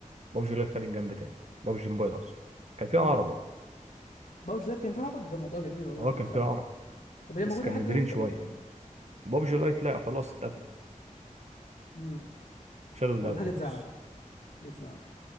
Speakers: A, on the right (about 55°); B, on the left (about 85°).
A: بابجي لايت خد الجنب تاني بابجي موبايل أصلا كان فيها
B: امم
A: عرب أه
B: بابجي لايت كان فيها عرب ده موضوع جميل والله
A: أه
B: ما كنتش
A: كان فيها
B: اعرف
A: عرب
B: طب هي
A: بس
B: موجوده
A: كان
B: لحد
A: نادرين
B: دلوقتي
A: شوية
B: طيب ولا
A: بابجي لايت لا خلاص اتقفل
B: امم
A: شالوا اللعبة
B: والله حاجه
A: خالص
B: تزعل حاجه تزعل